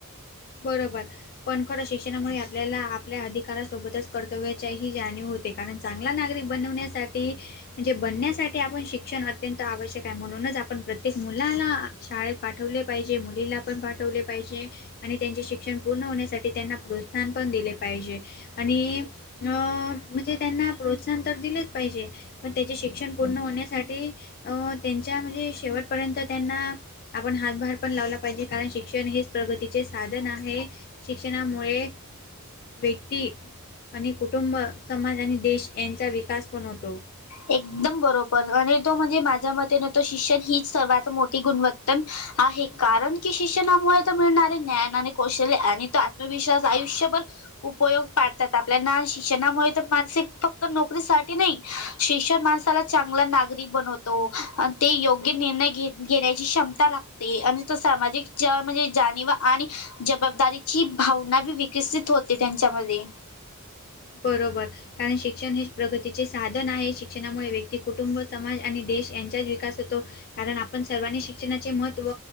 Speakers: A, on the left (about 45°); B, on the left (about 75°).
A: बरोबर पण खरं शिक्षणामुळे आपल्याला आपल्या अधिकारासोबतच कर्तव्याचीही जाणीव होते. कारण चांगला नागरिक बनवण्यासाठी म्हणजे बनण्यासाठी आपण शिक्षण अत्यंत आवश्यक आहे म्हणूनच आपण प्रत्येक मुलाला शाळेत पाठवले पाहिजे मुलीला पण पाठवले पाहिजे. आणि त्यांचे शिक्षण पूर्ण होण्यासाठी त्यांना प्रोत्साहन पण दिले पाहिजे आणि म्हणजे त्यांना प्रोत्साहन तर दिलेच पाहिजे मग त्याचे शिक्षण पूर्ण होण्यासाठी त्यांच्या म्हणजे शेवटपर्यंत त्यांना आपण हातभार पण लावला पाहिजे कारण शिक्षण हे प्रगतीचे साधन आहे शिक्षणामुळे व्यक्ती आणि कुटुंब समाज आणि देश यांचा विकास बनवतो.
B: एकदम बरोबर आणि तो म्हणजे माझ्या मतेन तो शिक्षण हीच सर्वात मोठी गुणवत्तान आहे कारण की शिक्षणामुळे तर मिळणारे ज्ञान आणि कौशल्य गणितात विश्वास आयुष्यभर उपयोग पाडतात आपल्याला. शिक्षणामुळे तर माणसीक फक्त नोकरीसाठी नाही शिक्षण माणसाला ना चांगलं नागरिक घरी बनतो ते योग्य निर्णय घेत. घेण्याची क्षमता राखते आणि तो सामाजिक जाणीव आणि जबाबदारीची भावना बी विकसित होते त्यांच्यामध्ये
A: बरोबर कारण शिक्षण हे प्रगतीचे साधन आहे शिक्षणामुळे व्यक्ती कुटुंब समाज आणि देश यांचाच विकास होतो कारण आपण सर्वांनी शिक्षणाचे महत्व